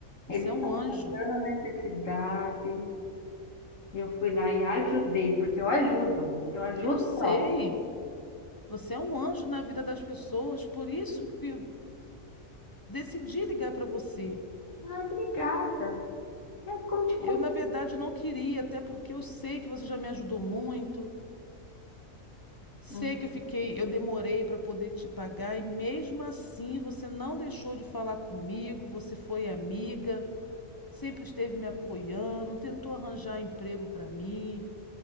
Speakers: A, on the left; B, on the left.
A: ele
B: Você
A: estava
B: é um anjo.
A: passando necessidade. e Eu fui lá e ajudei, porque eu ajudo, eu ajudo
B: Eu sei.
A: o próximo.
B: Você é um anjo na vida das pessoas, por isso que eu decidi ligar para você.
A: Ah, obrigada. Mas conte comigo.
B: Eu, na verdade, não queria, até porque eu sei que você já me ajudou muito, sei
A: Hum,
B: que eu fiquei, eu demorei para poder te pagar e mesmo assim você não deixou de falar comigo, você foi amiga, sempre esteve me apoiando, tentou arranjar emprego para mim.